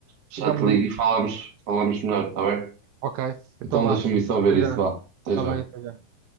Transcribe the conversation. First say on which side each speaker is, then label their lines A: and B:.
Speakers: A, on the right; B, on the right.
A: já
B: Já
A: te
B: me
A: ligo
B: digo.
A: e falamos, falamos melhor, está bem?
B: Ok,
A: Então
B: então vá.
A: deixa-me só
B: Até
A: ver isso,
B: já.
A: vá. Até
B: Está
A: já.
B: bem. até já.